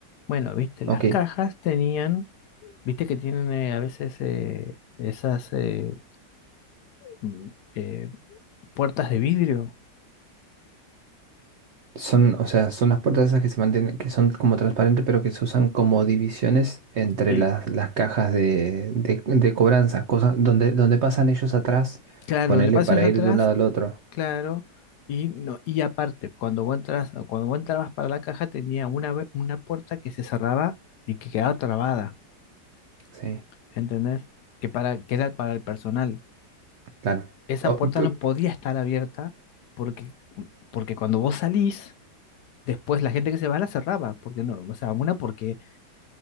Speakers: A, on the left; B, on the right.
A: Bueno, viste, las
B: Ok.
A: cajas tenían, viste que tienen eh, a veces eh, esas eh, mm, eh, puertas de vidrio.
B: Son, o sea, son las puertas esas que se mantienen, que son como transparentes, pero que se usan como divisiones entre
A: Eh,
B: las, las cajas de, de, de cobranza, cosas donde, donde pasan ellos atrás,
A: claro,
B: ponerle
A: donde pasen
B: para
A: atrás,
B: ir de un lado al otro.
A: claro. Y, no, y aparte, cuando vos entras, cuando vos entrabas para la caja, tenía una, ve- una puerta que se cerraba y que quedaba trabada,
B: Sí,
A: ¿entendés? Que, para, que era para el personal.
B: claro.
A: esa
B: O-
A: puerta
B: pe-
A: no podía estar abierta porque, porque cuando vos salís, después la gente que se va la cerraba, porque no, o sea, una porque,